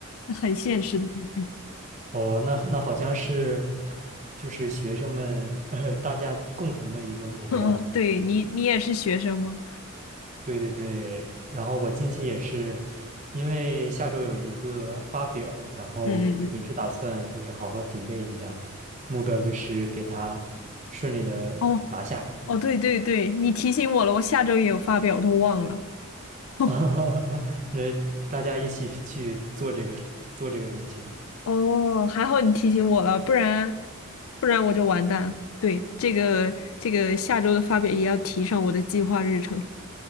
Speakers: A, on the left; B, on the right.
A: <laughs> 很现实的目标。
B: 哦，那那好像是就是学生们，<laughs> 大家共同的一个目标。
A: <laughs> 嗯，对你，你也是学生吗？
B: 对对对，然后我近期也是，因为下周有一个发表，然后也是打算就是好好准备一下，
A: 嗯嗯嗯，
B: 目标就是给他顺利的拿下，
A: 哦哦，对对对，你提醒我了，我下周也有发表，我都忘了。<laughs>
B: <laughs> 啊那大家一起去做这个做这个东西。
A: 哦，还好你提醒我了，不然不然我就完蛋了。对，这个这个下周的发表也要提上我的计划日程。